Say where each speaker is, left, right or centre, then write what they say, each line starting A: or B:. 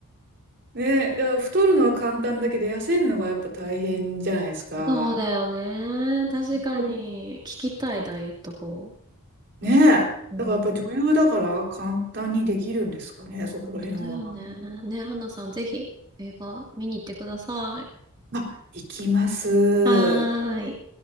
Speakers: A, on the right; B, on the right.
A: ね、だから太るのは簡単だけど、痩せるのがやっぱ大変じゃないですか。
B: そうだよね。確かに。
A: うん
B: 聞きたいダイエット法。
A: ねえ。
B: うん。
A: だからやっぱり女優だから簡単にできるんですかね、そこら辺は。
B: 本当だよね。ね、花さん、ぜひ映画見に行ってください。
A: あ、行きます。
B: はーい。